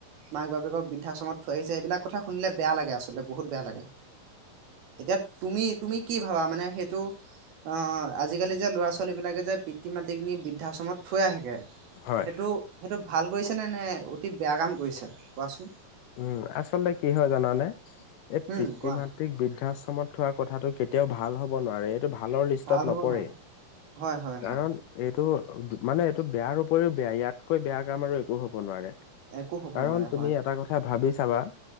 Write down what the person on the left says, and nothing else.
হয়
উম আচলতে কি হয় জানানে এই
পিতৃ
মাতৃক বৃদ্ধাশ্ৰমত থোৱা কথাটো কেতি কেতিয়াও ভাল হ'ব নোৱাৰে এইটো ভালৰ লিষ্টত
নপৰে
কাৰণ এইটো মানে এইটো বেয়া উপৰিও বেয়া ইয়াতকৈ বেয়া কাম আৰু একো হব নোৱাৰে
কাৰণ
তুমি
এটা কথা ভাবি চাবা